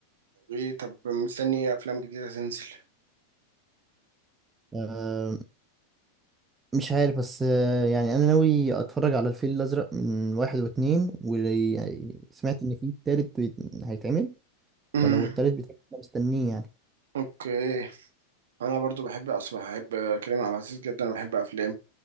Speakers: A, on the right (about 60°); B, on the right (about 15°).
A: ايه طب مستني افلام جديده تنزل
B: آه مش عارف بس آه يعني انا ناوي اتفرج على الفيل الازرق من واحد واتنين وسمعت ان في تالت بيت- هيتعمل
A: امم
B: فلو التالت بيتعمل انا مستنيه يعني
A: اوكي انا برضو بحب اصلا بحب كريم عبد العزيز جدا وبحب افلام